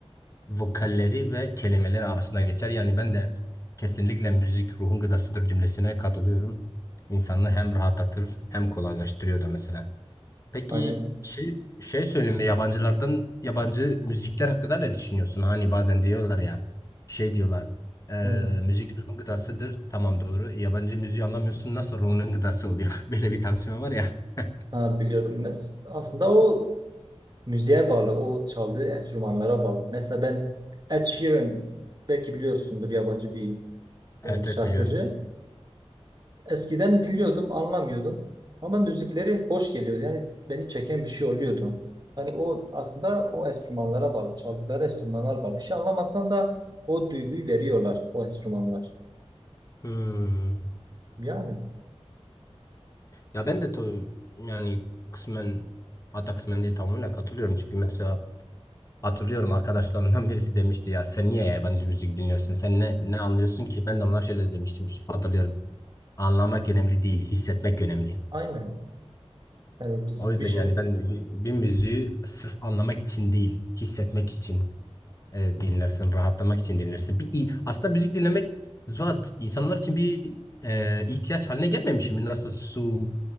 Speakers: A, on the left; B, on the right.
A: vokalleri ve kelimeleri arasında geçer. Yani ben de kesinlikle müzik ruhun gıdasıdır cümlesine katılıyorum. İnsanı hem rahatlatır hem kolaylaştırıyor da mesela. Peki
B: Aynen.
A: şey şey söyleyeyim de yabancılardan yabancı müzikler hakkında ne düşünüyorsun? Hani bazen diyorlar ya şey diyorlar eee,
B: Hı.
A: müzik ruhun gıdasıdır. Tamam doğru. E, yabancı müziği anlamıyorsun nasıl ruhunun gıdası oluyor? <laughs> Böyle bir tartışma var ya. <laughs>
B: Ha, biliyorum. Mes- Aslında o müziğe bağlı, o çaldığı enstrümanlara bağlı. Mesela ben Ed Sheeran belki biliyorsundur yabancı bir
A: Evet
B: e, şarkıcı.
A: evet biliyorum.
B: Eskiden dinliyordum, anlamıyordum ama müzikleri hoş geliyordu. Yani beni çeken bir şey oluyordu. Hani o aslında o enstrümanlara bağlı, çaldıkları enstrümanlar bağlı. Bir şey anlamasan da o duyguyu veriyorlar o enstrümanlar.
A: Hmm.
B: Yani
A: Ya
B: yani
A: ben de tabii yani kısmen hatta kısmen değil tamamıyla katılıyorum. Çünkü mesela hatırlıyorum arkadaşlarımdan birisi demişti ya sen niye yabancı müzik dinliyorsun? Sen ne, ne anlıyorsun ki? Ben de onlar şöyle demiştim hatırlıyorum. Anlamak önemli değil, hissetmek önemli.
B: aynen. Yani biz
A: O yüzden
B: bir şey
A: yani ben de bir, bir müziği sırf anlamak için değil, hissetmek için e, dinlersin, rahatlamak için dinlersin. Bir, i- aslında müzik dinlemek zat insanlar için bir e, ihtiyaç haline gelmemiş mi? Nasıl su